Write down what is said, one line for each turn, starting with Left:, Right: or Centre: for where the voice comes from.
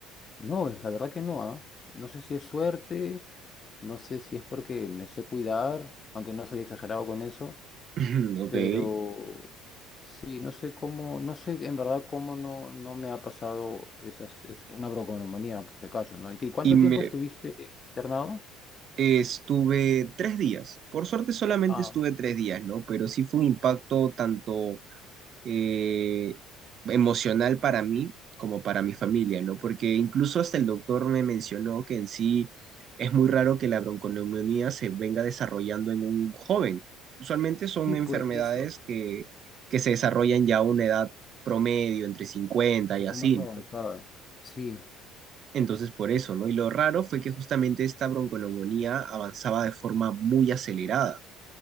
Left: no, la verdad que no, ¿ah? No sé si es suerte, no sé si es porque me sé cuidar, aunque no soy exagerado con eso,
Right: <clears throat> Ok.
Left: pero sí, no sé cómo, no sé en verdad cómo no, no me ha pasado esas, es una bronconeumonía, por si acaso, ¿no? ¿Y qué- cuánto
Right: Y me
Left: tiempo estuviste internado?
Right: eh, estuve tres días. Por suerte solamente
Left: Ah,
Right: estuve tres días, ¿no? Pero sí fue un impacto tanto eh, emocional para mí como para mi familia, ¿no? Porque incluso hasta el doctor me mencionó que en sí es muy raro que la bronconeumonía se venga desarrollando en un joven. Usualmente son
Left: sí,
Right: enfermedades
Left: pues eso, un
Right: que, que se desarrollan ya a una edad promedio, entre 50
Left: poco
Right: y así,
Left: más avanzada.
Right: ¿no?
Left: Sí.
Right: Entonces por eso, ¿no? Y lo raro fue que justamente esta bronconeumonía avanzaba de forma muy acelerada